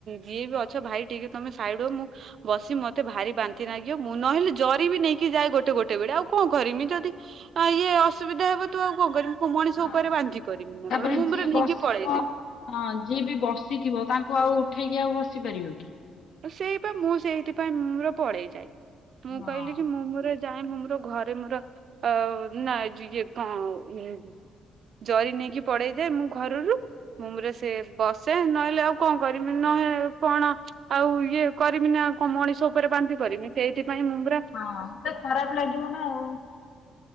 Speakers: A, on the right (about 55°); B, on the left (about 75°).
A: ଯିଏ ଅଛ ଭାଇ ଟିକେ ତମେ ସାଇଡି ହୁଅ ବସି ମତେ ଭାରି ବାନ୍ତି ନାଗିବ ମୁଁ ନହେଲେ ଜରି ବି ନେଇକି ଯାଏ। ଗୋଟେ ଗୋଟେ ବେଳେ ଆଉ କଣ କରିମି ଯଦି ଇଏ ଅସୁବିଧା ହେବ ତୁ ଆଉ କଣ ମୁଁ ମଣିଷ
B: ହଁ।
A: ଉପରେ ବାନ୍ତି କରିବି ନା
B: ତାପରେ
A: କଣ ମୁଁ
B: ଯିଏ
A: ନିଜେ
B: ବସିଥିବ
A: ପଳେଇଯାଏ।
B: ହଁ ଯିଏ ବି ବସିଥିବ ତାଙ୍କୁ ଆଉ ଉଠେଇକି ଆଉ ବସି ପାରିବ କି?
A: ସେଇପା ମୁଁ ସେଇଥିପାଇଁ ମୋର ପଳେଇ ଯାଏ ମୁଁ
B: ହଁ
A: କହିଲି କି ମୁଁ ମୋର ଯାଇ ମୁଁ ମୋର ଘରେ ମୋର ନାଇଁ ଇଏ କଣ ଇଏ ଜରି ନେଇକି ପଳେଇଯାଏ ମୁଁ ଘରରୁ। ମୁଁ ରୁମରେ ବସେ ନହେଲେ ଆଉ କଣ କରିମି ନହେଲେ କଣ ଆଉ ଇଏ କରିମି ନା ମଣିଷ ଉପରେ ବାନ୍ତି କରିବି ସେଇଥିପାଇଁ ମୁଁ ପୁରା
B: ହଁ ମତେ ଖରାପ ଲାଗିବ ନା ଆଉ।